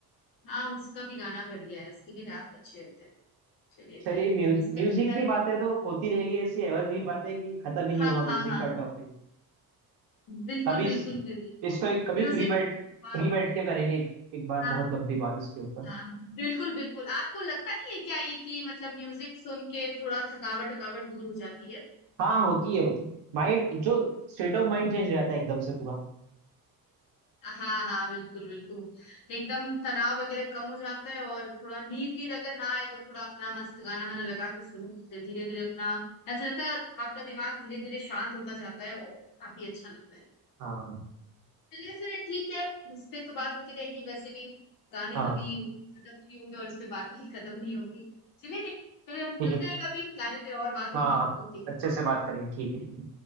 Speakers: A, on the left; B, on the right.
A: हाँ, उसका भी गाना बढ़िया है उसके भी रैप अच्छे होते हैं चलिए
B: चलिए
A: फिर
B: म्यूज,
A: इस
B: म्यूजिक
A: पे तो खैर
B: की बातें तो होती रहेगी ऐसी एवरग्रीन बातें कि खत्म ही नहीं
A: हाँ
B: हुआ
A: हाँ
B: म्यूजिक
A: हाँ
B: का टॉपिक
A: बिल्कुल
B: कभी इस,
A: बिल्कुल बिल्कुल
B: इसको एक कभी
A: म्यूजिक
B: फ्री बैठ
A: हाँ
B: फ्री बैठ के करेंगे एक, एक बार
A: हाँ
B: बहुत लंबी बात इसके ऊपर
A: हाँ, बिल्कुल बिल्कुल आपको लगता नहीं है क्या ये कि मतलब म्यूजिक सुन के थोड़ा थकावट थकावट दूर हो जाती है
B: हाँ होती है वो तो माइंड जो स्टेट ऑफ माइंड चेंज हो जाता है एकदम से पूरा
A: हाँ हाँ बिल्कुल बिल्कुल एकदम तनाव वगैरह कम हो जाता है और थोड़ा नींद वींद अगर ना आए तो थोड़ा अपना मस्त गाना वाना लगा के सुनो फिर धीरे धीरे अपना ऐसा लगता है आपका दिमाग धीरे धीरे शांत होता जाता है और काफी अच्छा लगता है
B: हाँ
A: चलिए फिर ठीक है इस पे तो बात होती रहेगी वैसे भी गाने
B: हाँ
A: कभी खत्म नहीं होंगे और इस पे बात ही खत्म नहीं होगी चलिए ठीक फिर मिलते
B: ठीक है
A: हैं कभी गाने पे और बात
B: हाँ
A: होगी ओके
B: अच्छे से बात करेंगे ठीक है ठीक है